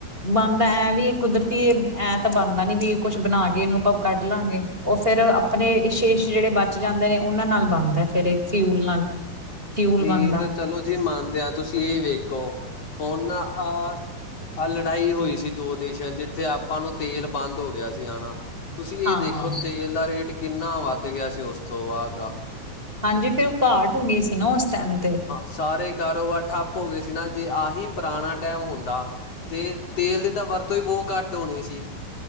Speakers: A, on the right; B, on the left.
A: ਬਣਦਾ, ਐਂ ਵੀ ਕੁਦਰਤੀ, ਐਂ ਤਾਂ ਬਣਦਾ ਨੀ ਵੀ ਕੁੱਛ ਬਣਾ ਕੇ ਇਹਨੂੰ ਆਪਾਂ ਕੱਢ ਲਾਂਗੇ। ਉਹ ਫਿਰ ਆਪਣੇ ਵਿਸ਼ੇਸ਼ ਜਿਹੜੇ ਬਚ ਜਾਂਦੇ ਨੇ, ਉਹਨਾਂ ਨਾਲ ਬਣਦਾ ਫਿਰ ਇਹ ਫਿਊਲ ਨਾਲ।
B: ਹ <unintelligible>
A: ਫਿਊਲ
B: ਇਹ
A: ਬਣਦਾ
B: ਤਾਂ, ਚਲੋ ਜੀ ਮੰਨਦੇ ਆ, ਤੁਸੀਂ ਇਹ ਵੇਖੋ, ਹੁਣ ਆਹ। ਆਹ ਲੜਾਈ ਹੋਈ ਸੀ, ਦੋ ਦੇਸ਼ਾਂ ਚ, ਜਿੱਥੇ ਆਪਾਂ ਨੂੰ ਤੇਲ ਬੰਦ ਹੋ ਗਿਆ ਸੀ ਆਣਾ ਤੁਸੀਂ
A: ਹਾਂ
B: ਇਹ ਦੇਖੋ, ਤੇਲ ਦਾ ਰੇਟ ਕਿੰਨਾ ਵੱਧ ਗਿਆ ਸੀ, ਉਸ ਤੋਂ ਬਾਅਦ ਦਾ
A: ਹਾਂਜੀ ਫਿਰ ਉਹ ਘਾਟ ਹੋ ਗਈ ਸੀ ਨਾ, ਉਸ ਟਾਈਮ ਤੇ।
B: ਸਾਰੇ ਕਾਰੋਬਾਰ ਠੱਪ ਹੋ ਗਏ ਸੀ ਨਾ, ਜੇ ਆਹੀ ਪੁਰਾਣਾ ਟਾਈਮ ਹੁੰਦਾ। ਤੇ ਤੇਲ ਦੀ ਤਾਂ ਵਰਤੋਂ ਹੀ ਬਹੁਤ ਘੱਟ ਹੋਣੀ ਸੀ।